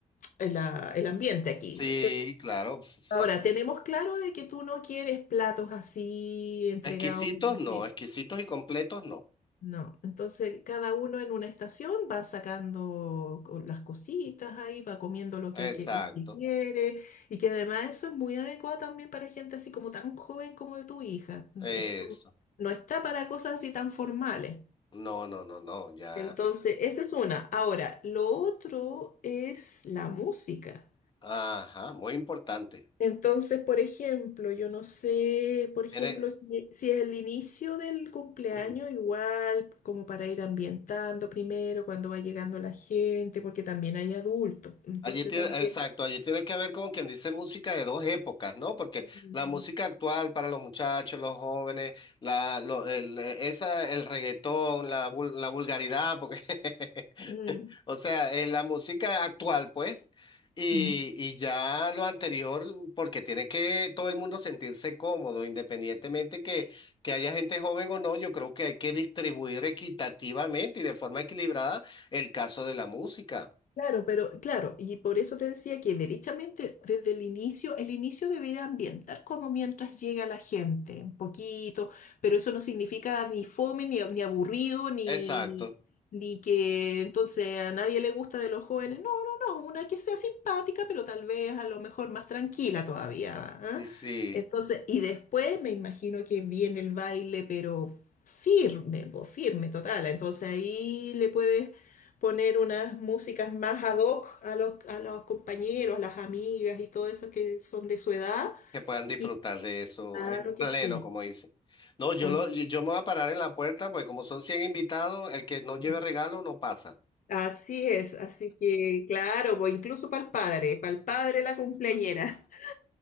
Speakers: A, on the left; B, on the left.
A: la- el ambiente aquí.
B: sí, claro. O sea,
A: Ahora, tenemos claro de que tú no quieres platos así entregados
B: exquisitos
A: en una
B: no,
A: mesa.
B: exquisitos y completos no.
A: No, entonces cada uno en una estación va sacando co- las cositas ahí, va comiendo lo
B: Exacto.
A: que, aquí- lo que quiere y que además eso es muy adecuado también para gente así como tan joven como de tu hija.
B: Eso.
A: Es como- no está para cosas así tan formales.
B: No, no, no, no, ya.
A: Entonces, esa es una. Ahora, lo otro es la música.
B: Ajá, muy importante.
A: Entonces, por ejemplo, yo no sé, por ejemplo,
B: Tiene,
A: si, si es el inicio del cumpleaños,
B: <clears throat>
A: igual, como para ir ambientando primero, cuando va llegando la gente, porque también hay adultos. Entonces
B: allí tiene,
A: también.
B: exacto, allí tiene que ver con quien dice música de dos épocas, ¿no? Porque
A: Mm,
B: la música actual para los muchachos, los jóvenes, la, lo- el, esa, el reggaetón, la, vul- la vulgaridad, porque <laughs>
A: mm,
B: O sea, eh, la música actual, pues, y,
A: mm.
B: y ya lo anterior, porque tiene que todo el mundo sentirse cómodo, independientemente que, que haya gente joven o no, yo creo que hay que distribuir equitativamente y de forma equilibrada el caso de la música.
A: Claro, pero claro, y por eso te decía que derechamente desde el inicio, el inicio debería ambientar como mientras llega la gente, un poquito, pero eso no significa ni fome, ni, ni aburrido, ni,
B: Exacto.
A: ni, ni que entonces a nadie le gusta de los jóvenes. No, no, no, una que sea simpática, pero tal vez a lo mejor más tranquila todavía, ¿ah?
B: Y sí,
A: Entonces, y después me imagino que viene el baile, pero firme, pues, firme, total. Entonces ahí le puedes poner unas músicas más ad hoc a los, a los compañeros, a las amigas y todo eso que son de su edad.
B: que puedan disfrutar
A: Y
B: de eso
A: claro
B: en
A: que
B: pleno,
A: sí.
B: como dice. No, yo,
A: Así,
B: lo, yo yo me voy a parar en la puerta, pues como son 100 invitados, el que no lleve
A: es,
B: regalo no pasa.
A: así es. Así que, claro, pues incluso para el padre, para el padre la cumpleañera. <laughs>